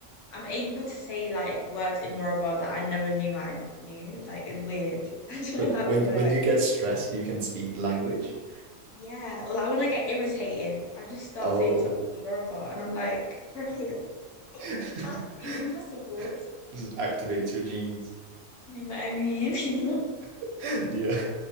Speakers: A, on the left (about 65°); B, on the right (about 65°).
A: I'm able to say like words in Yoruba that I never knew I knew. Like it's weird. <laughs> I don't
B: Wait,
A: know how
B: When
A: it works.
B: you- when you get stressed, you can speak the language.
A: Yeah, or like when I get irritated, I just start
B: Oh.
A: saying something in Yoruba and I'm like, <laughs> how
B: <laughs>
A: is this even possible?
B: This activates your genes.
A: You know what I mean? <laughs>
B: <laughs> Yeah.